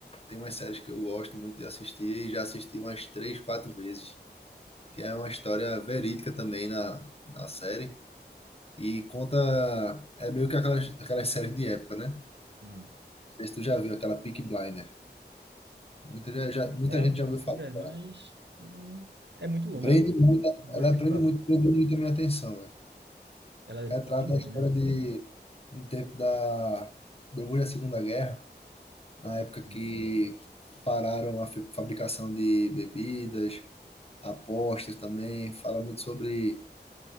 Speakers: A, on the left; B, on the right.
A: tem umas séries que eu gosto muito de assistir e já assisti umas 3, 4 vezes, que é uma história verídica também na na série. E conta. É meio que aquelas, aquelas séries de época, né? Não
B: Hum.
A: sei se tu já viu aquela Peaky Blinder. Muita, já, já- muita
B: já
A: gente
B: vi,
A: já ouviu falar
B: velho,
A: dela.
B: mas hum, É muito longa,
A: Prende
B: ela
A: muito,
B: tem
A: ela
B: quantas temporadas?
A: prende muito, prendeu muito a minha atenção, velho.
B: Ela é
A: Retrata
B: bem grande,
A: a história
B: né?
A: de no tempo da depois da Segunda Guerra, na época
B: hum,
A: que pararam a fi- fabricação de bebidas, apostas também. Fala muito sobre